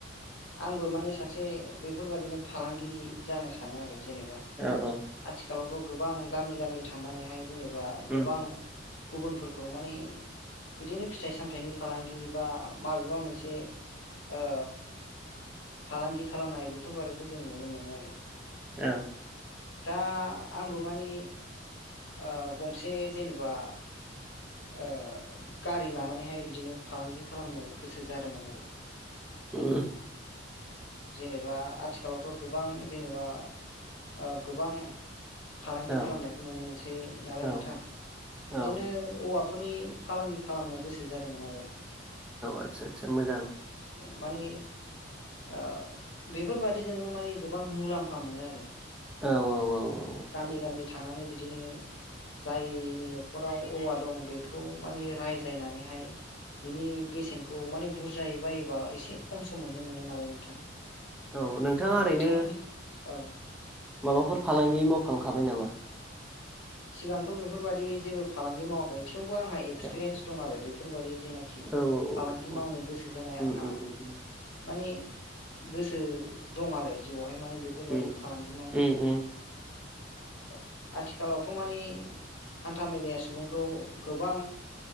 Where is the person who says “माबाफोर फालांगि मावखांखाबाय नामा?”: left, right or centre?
Centre